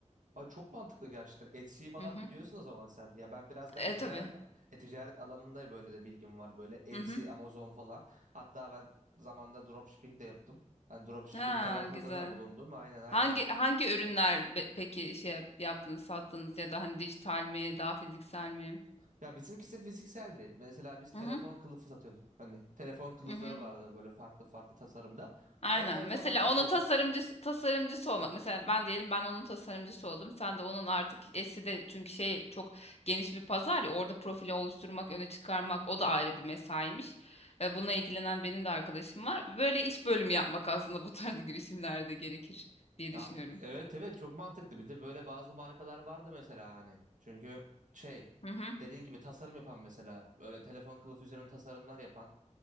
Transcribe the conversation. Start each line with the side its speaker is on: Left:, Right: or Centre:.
Right: Ay çok mantıklı gerçekten. Etsy'yi falan
Left: Hı hı.
Right: biliyorsun o zaman sen. Ya ben biraz da
Left: E
Right: e-ticaret
Left: tabii.
Right: e-ticaret alanında böyle de bilgim var. Böyle Etsy,
Left: Hı hı.
Right: Amazon falan. Hatta ben zamanda dropshipping de yaptım. Hani dropshipping
Left: Ha
Right: tarafında
Left: güzel.
Right: da bulundum. Aynen aynen.
Left: Hangi hangi ürünler be- peki şey yap- yaptınız, sattınız ya da hani dijital mi, daha fiziksel mi?
Right: Ya bizimkisi fizikseldi. Mesela biz telefon
Left: Hı hı.
Right: kılıfı satıyorduk. Hani telefon kılıfları
Left: Hı hı.
Right: vardı böyle farklı farklı tasarımda.
Left: Aynen.
Right: Onları
Left: Mesela
Right: falan satıyorduk.
Left: onun tasarımcısı tasarımcısı olmak. Mesela ben diyelim ben onun tasarımcısı oldum. Sen de onun artık esi de çünkü şey çok geniş bir pazar ya orada profili oluşturmak, öne çıkarmak o da ayrı bir mesaiymiş. Ve buna ilgilenen benim de arkadaşım var. Böyle iş bölümü yapmak aslında bu tarz <laughs> girişimlerde gerekir diye
Right: Ya
Left: düşünüyorum.
Right: ki- evet evet çok mantıklı. Bir de böyle bazı markalar vardı mesela hani. Çünkü şey
Left: Hı hı.
Right: dediğin gibi tasarım yapan mesela böyle telefon kılıfı üzerine tasarımlar yapan